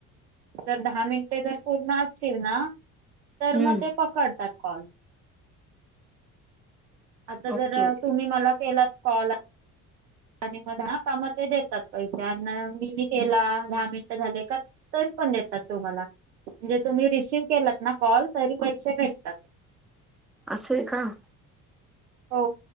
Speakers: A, on the right (about 85°); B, in the centre.
A: तरं दहा मिनिटे जरं पूर्ण असतील नां.. तरं
B: हम्म
A: मंग ते पकडतांत कॉल. आंता
B: ओके
A: जरां
B: ओके
A: तुम्हीं मलां केलांत कॉल.. आणि मंग हां कामं ते देतांत पैसे आणि मीनी केलां दहा मिनिटं झाले कां? तरी पणं देतांत तुम्हांला म्हणजे तुंम्ही रिसिव्ह केलांत नां कॉल तरी पैसे भेटतांत.
B: असं आहे कां?
A: हो